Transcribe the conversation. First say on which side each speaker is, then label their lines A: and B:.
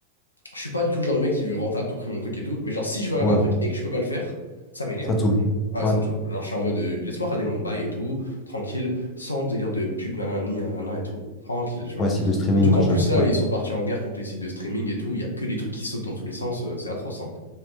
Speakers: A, on the left; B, on the left.
A: Je suis pas du tout le genre de mec qui veut rentrer à tout prix mon truc et tout, mais genre si je veux regarder
B: Ouais,
A: un truc et que je peux pas le faire, ça m'énerve.
B: ça te saoule.
A: tu Ouais,
B: Ouais.
A: ça me saoule. Genre je suis en mode euh, laisse-moi regarder mon bail et tout, tranquille, sans délire de pub, nanani, nanana et tout. Tranquille, tu
B: Ouais,
A: vois.
B: si de streaming,
A: Surtout
B: machin
A: qu'en plus
B: et tout.
A: là,
B: Ouais.
A: ils sont partis en guerre contre les sites de streaming et tout, il y a que des trucs qui sautent dans tous les sens, euh, c'est atroce, hein.